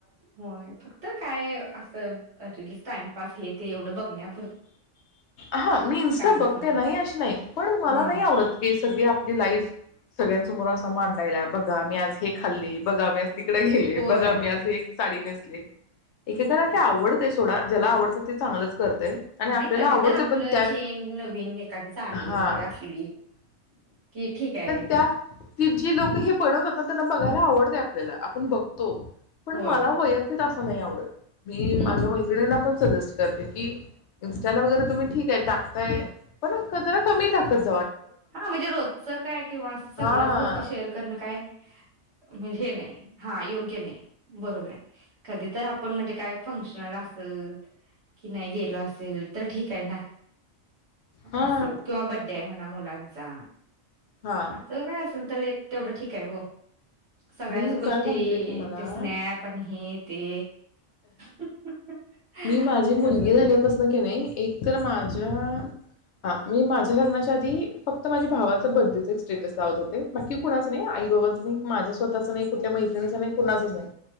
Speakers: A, on the right; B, on the left.
A: होय फक्त काय अस रील्स टाइमपास हे ते एवढं बघण्यात
B: हा मी इन्स्टा
A: असेल
B: बघते
A: ते.
B: नाही अशी नाही पण मला
A: हा
B: नाही आवडत. सगळी आपली लाईफ सगळ्यांसमोर असा मांडायला बघा मी आज हे खाल्ले बघा मी आज तिकडे गेले
A: होय
B: बघा मी असे साडी नेसले. एकेकाना
A: तेच की
B: ते आवडतय थोडा जेला आवडत ते चांगलच. आणि
A: आ, नाही
B: आपल्याला
A: कधी
B: आवडते
A: तर आपलं
B: पण त्या
A: चेन नवीन एखादी साडी
B: हा
A: वगैरे असली की ठीक आहे
B: त्या जी लोक हे पडत बघायला आवडतय आपल्याला आपण बघतो. पण
A: होय
B: मला वैयक्तिक असं नाही आवडत. मी
A: हम्म
B: माझ्या
A: हम्म
B: मैत्रिणींना
A: हम्म.
B: पण सजेस्ट करते की इन्स्टाला वगैरे तुम्ही ठीक आहे टाकताय पण जरा कमी टाकत जा
A: हा म्हणजे रोजचं काय किंवा असं सगळंच
B: हा
A: गोष्टी शेअर करणं काय म्हणजे हे नाही हा योग्य नाही बरोबर आहे. कधी तर आपण म्हणजे काय फंक्शनला असल की नाही गेलो असेल तर ठीक आहे ना.
B: हा
A: अस किंवा बड्डे आहे म्हणा. मुला चा
B: हा
A: अस काय अस तर एक तेवढं ठीक आहे ओ सगळ्याच
B: मी
A: गोष्टी
B: काय सांगते तुम्हाला
A: ते स्नॅप आणि हे ते. तस
B: मी माझी मुलगी झाल्यापासन
A: ते
B: की नाही. एक तर माझ्या हा मी माझ्या लग्नाच्या आधी फक्त माझ्या भावाच बड्डेच एक स्टेटस लावत होते बाकी कुणाच नाही आई बाबांच नाही माझ्या स्वतःच नाही कुठल्या मैत्रिणीच नाही कुणाचच नाही.